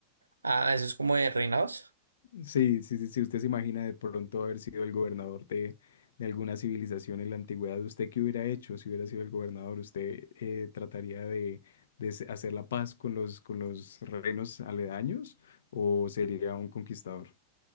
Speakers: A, on the right; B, on the left.
A: Ah, eso es como de reinados.
B: Sí, sí, sí, sí, usted se imagina de pronto haber sido el gobernador de, de alguna civilización en la antigüedad, ¿usted qué hubiera hecho si hubiera sido el gobernador? ¿Usted eh, trataría de, de se- hacer la paz con los, con los reinos aledaños o sería un conquistador?